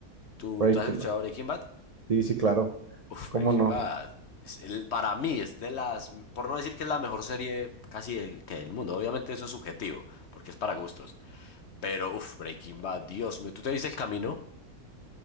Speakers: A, on the left (about 60°); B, on the right (about 70°).
A: ¿Tú,
B: Breaking
A: tú has escuchado
B: Bad.
A: Breaking Bad?
B: Sí, sí, claro.
A: Uf,
B: ¿Cómo
A: Breaking
B: no?
A: Bad. Es el- para mí es de las, por no decir que es la mejor serie casi del, que del mundo, obviamente eso es subjetivo, porque es para gustos. Pero, uf, Breaking Bad, Dios mío, ¿tú te viste El Camino?